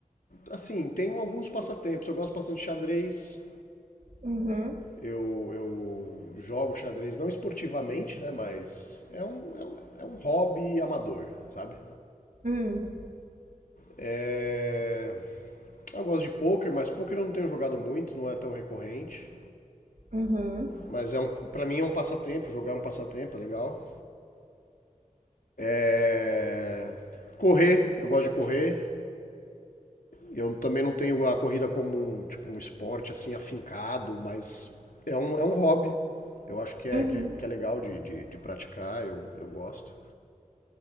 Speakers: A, on the left; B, on the right.
A: assim, tenho alguns passatempos. Eu gosto bastante de xadrez,
B: Uhum.
A: Eu, eu jogo xadrez não esportivamente, né? Mas é um, é um, é um hobby amador, sabe?
B: Hum.
A: É, Eu gosto de pôquer, mas pôquer eu não tenho jogado muito, não é tão recorrente.
B: Uhum.
A: Mas é um, para mim é um passatempo, jogar é um passatempo, é legal. É, Correr, eu gosto de correr. Eu também não tenho a corrida como um, tipo, um esporte assim afincado, mas é um, é um hobby. Eu acho que é,
B: Uhum.
A: que é, que é legal de, de, de praticar, eu, eu gosto.